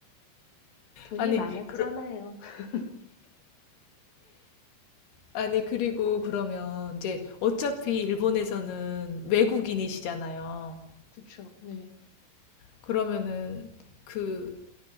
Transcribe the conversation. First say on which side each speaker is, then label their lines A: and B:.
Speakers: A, on the left; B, on the left.
A: 돈이
B: 아니,
A: 많았잖아요.
B: 그러,
A: <laughs>
B: 아니, 그리고 그러면 이제 어차피 일본에서는 외국인이시잖아요.
A: 그쵸, 네.
B: 그러면은 그